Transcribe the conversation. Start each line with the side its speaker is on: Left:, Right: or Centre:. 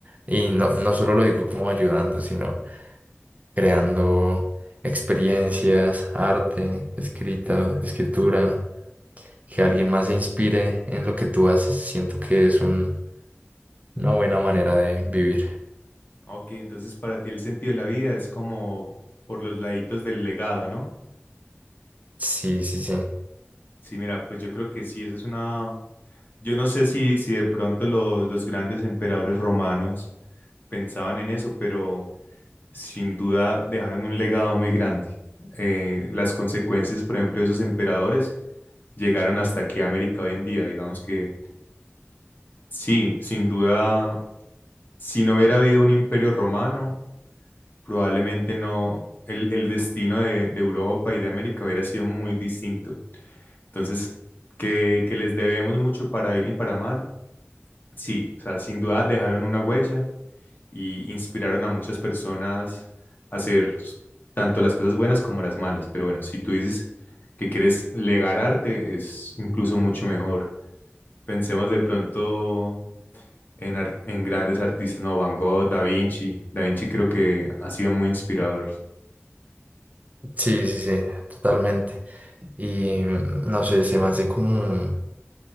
Right: Y no, no solo lo digo como ayudando, sino creando experiencias, arte, escrita, escritura, que alguien más se inspire en lo que tú haces, siento que es un- una buena manera de vivir.
Left: Ok, entonces para ti el sentido de la vida es como por los laditos del legado, ¿no?
Right: Sí, sí, sí.
Left: Sí, mira, pues yo creo que sí, esa es una... Yo no sé si, si de pronto lo- los grandes emperadores romanos pensaban en eso, pero sin duda dejaron un legado muy grande. Eh, las consecuencias, por ejemplo, de esos emperadores llegaron hasta aquí a América hoy en día. Digamos que sí, sin duda si no hubiera habido un imperio romano, probablemente no, el, el destino de, de Europa y de América hubiera sido muy distinto. Entonces, que, que les debemos mucho para bien y para mal, sí, o sea, sin duda dejaron una huella y inspiraron a muchas personas a hacer tanto las cosas buenas como las malas. Pero bueno, si tú dices que quieres legar arte, es incluso mucho mejor. Pensemos de pronto en, ar- en grandes artistas, no, Van Gogh, Da Vinci. Da Vinci creo que ha sido muy inspirador.
Right: Sí, sí, sí, totalmente. Y mm, no sé, se me hace como,